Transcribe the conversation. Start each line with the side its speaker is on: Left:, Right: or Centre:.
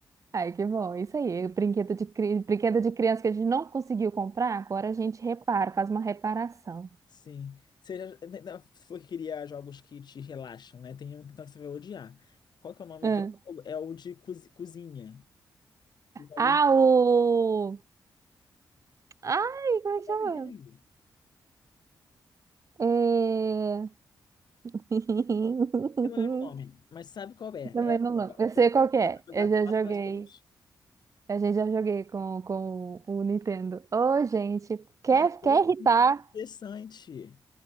Right: Ai, que bom, isso aí, brinquedo de, cri- brinquedo de criança que a gente não conseguiu comprar, agora a gente repara, faz uma reparação.
Left: Sim. Seja, se for que queria jogos que te relaxam, né? Tem um então, que você vai odiar. Qual que é o nome daquele
Right: Hum.
Left: jogo? É o de cozi- cozinha. Eu joguei-
Right: Ah, o... Ai, como
Left: Qual
Right: é que chama?
Left: é o nome dele?
Right: É, <laughs>
Left: Eu não lembro o nome, mas sabe qual é?
Right: Também
Left: É a
Right: não lembro. Eu sei
Left: da,
Right: qual que é.
Left: da
Right: Eu
Left: caçada
Right: já
Left: quatro
Right: joguei.
Left: pessoas.
Right: A gente já joguei com, com o Nintendo. Ô, gente, quer,
Left: Cara, ele
Right: quer
Left: é
Right: irritar?
Left: muito interessante.